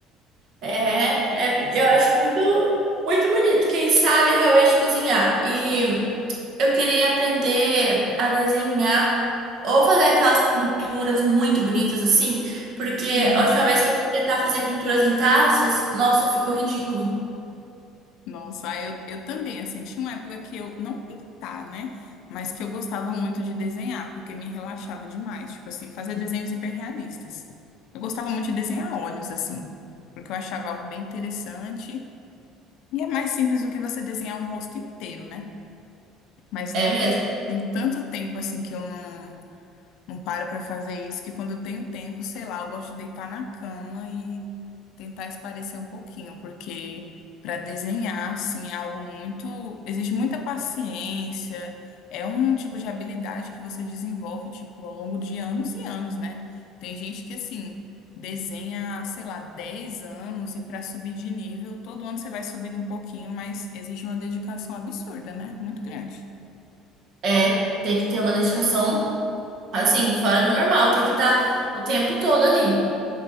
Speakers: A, on the right; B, on the left.
A: É,
B: certeza.
A: é, eu acho muito, muito bonito quem sabe realmente cozinhar. E eu queria aprender a desenhar ou fazer aquelas pinturas muito bonitas assim, porque
B: Uhum.
A: a última vez que eu fui tentar fazer pinturas em taças, nossa, ficou ridículo.
B: Nossa, aí eu, eu também, assim, tinha uma época que eu, não pintar, né? Mas que eu gostava muito de desenhar, porque me relaxava demais. Tipo assim, fazer desenhos hiperrealistas. Eu gostava muito de desenhar olhos, assim, porque eu achava algo bem interessante. E é mais simples do que você desenhar um rosto inteiro, né? Mas,
A: É
B: nossa,
A: mesmo.
B: tem tanto tempo, assim, que eu não. Não paro pra fazer isso, que quando eu tenho tempo, sei lá, eu gosto de deitar na cama e tentar espairecer um pouquinho, porque para desenhar, assim, é algo muito. existe muita paciência, é um tipo de habilidade que você desenvolve, tipo, ao longo de anos e anos, né? Tem gente que, assim, desenha, sei lá, 10 anos e para subir de nível, todo ano você vai subindo um pouquinho, mas exige uma dedicação absurda, né? Muito grande.
A: É, tem que ter uma dedicação assim, fora do normal, tem que estar o tempo todo ali.